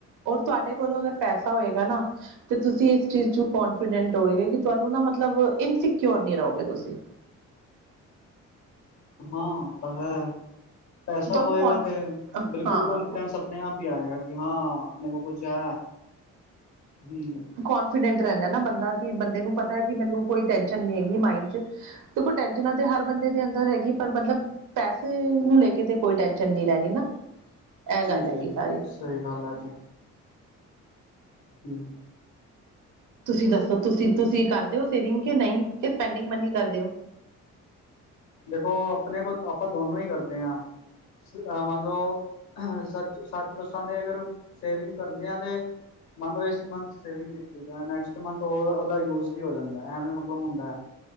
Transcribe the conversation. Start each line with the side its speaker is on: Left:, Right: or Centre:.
Right: ਔਰ ਤੁਹਾਡੇ ਕੋਲ਼ ਅਗਰ ਪੈਸਾ ਹੋਏਗਾ ਨਾ। ਤੇ ਤੁਸੀਂ ਇਸ ਚੀਜ਼ ਚ ਕੋਂਨਫੀਡੈਂਟ ਹੋਏਗਾ, ਕਿ ਤੁਹਾਂਨੂੰ ਨਾ ਮੱਤਲਬ ਇਨਸਿਕਿਓਰ ਨ ਰਹੋਂਗੇ ਤੁਸੀਂ।
Left: ਹਾਂ, ਤਾਂ ਹੈ ਪੈਸਾਂ
Right: ਤੁਹਾਨੂੰ
Left: ਹੋਏਗਾ
Right: ਕੌਨ
Left: ਤੇ ਬਿਲਕੁੱਲ
Right: ਹਾਂ
Left: ਕਾਨਫੀਡੈਂਸ। ਆਪਣੇ ਆਪ ਹੀ ਆਏਂਗਾ, ਕਿ ਹਾਂ ਆਪਣੇ ਕੋ ਕੁੱਛ ਹੈ, ਹਮ।
Right: ਕੋਂਨਫੀਡੈਂਟ ਰਹਿੰਦਾਂ ਨਾ ਬੰਦਾਂ ਕਿ ਬੰਦੇ ਨੂੰ ਪਤਾਂ ਹੈਂ, ਕਿ ਮੈਂਨੂੰ ਕੋਈ ਟੈਨਸ਼ਨ ਨੀ ਹੈਗੀ, ਮਾਈਂਡ। ਚ ਦੇਖੋਂ ਟੈਨਸ਼ਨਾਂ ਤੇ ਹਰ ਬੰਦੇ ਦੇ ਅੰਦਰ ਹੈਗੀ, ਪਰ ਮਤਲਬ। ਪੈਸੇ ਨੂੰ ਲ਼ੈ ਕੇ ਤੇ ਕੋਈ ਟੈਸ਼ਨ ਨਹੀਂ ਰਹਿਣੀ ਨਾ। ਇਹ
Left: ਜੀ
Right: ਗੱਲ
Left: -ਜੀ
Right: ਹੈਗੀ
Left: -ਜੀ
Right: ਸਾਰੀ
Left: ਸਹੀ ਗੱਲ ਆ ਜੀ। ਹਮ।
Right: ਤੁਸੀਂ ਦੱਸੋ, ਤੁਸੀਂ -ਤੁਸੀਂ ਕਰਦੇਂ ਓ ਸੇਵਿੰਗ ਕਿ ਨਹੀਂ ਕਿ ਪੈਂਡਿੰਗ ਮੰਨੀ ਕਰਦੇਂ ਓ।
Left: ਦੇਖੋਂ ਆਪਣੇਂ ਕੋ ਆਪਾਂ ਦੋਨੋ ਹੀ ਕਰਦੇ ਆ। ਮੰਨ ਲਓ ਸੱਚ -ਸੱਚ ਦੱਸਾਂ ਤੇ ਅਗਰ ਸੇਵਿੰਗ ਕਰਦੇ ਆ ਤੇ। ਮਨਲੋ ਇਸ ਮੰਥ ਸੇਵਿੰਗ ਕੀਤੀ ਨੈਕਸਟ ਮੰਥ ਉਹਦਾ ਯੂਜ ਵੀ ਹੋ ਜਾਂਦਾ, ਐਵੇਂ ਮਤਲਬ ਹੁੰਦਾ ਹੈ।